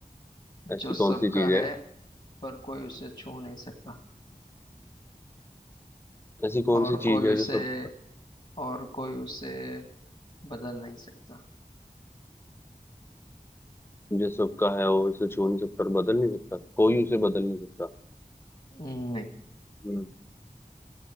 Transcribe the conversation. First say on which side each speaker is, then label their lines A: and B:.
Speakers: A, on the left (about 50°); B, on the left (about 15°).
A: जो
B: ऐसी
A: सबका
B: कौन सी चीज
A: है
B: है
A: पर कोई उसे छू नहीं सकता
B: ऐसी कौन
A: और
B: सी चीज
A: कोई
B: है
A: उसे
B: जो सब
A: और कोई उसे बदल नहीं सकता
B: जो सबका है वो उसे छू नहीं सकता और बदल नहीं सकता कोई उसे बदल नहीं सकता
A: नहीं
B: हम्म